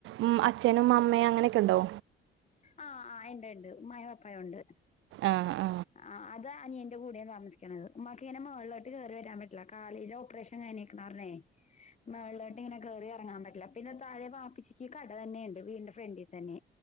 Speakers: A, on the right (about 80°); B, on the left (about 35°).
A: ഉം അച്ഛനും അമ്മയും അങ്ങനെയൊക്കെ ഉണ്ടോ
B: ആ ആ ഇണ്ട് ഇണ്ട് ഉമ്മായും വാപ്പായുണ്ട്
A: ആഹ് ആ
B: ആ ആഹ് അത് അനിയന്റെ കൂടേണ് താമസിക്കിണത് ഉമ്മാക്കിങ്ങനെ മേൾളോട്ട് കേറി വരാൻ പറ്റില്ല കാലി ഓപ്പറേഷൻ ങ്ങനീക്കിണാറ്ന്നേ മേള്ള്ളോട്ട് ഇങ്ങനെ കേറി ഇറങ്ങാൻ പറ്റില്ല പിന്നെ താഴെ ബാപ്പിച്ചിക്ക് കട തന്നേണ്ട് വീടിന്റെ ഫ്രണ്ടീ തന്നെ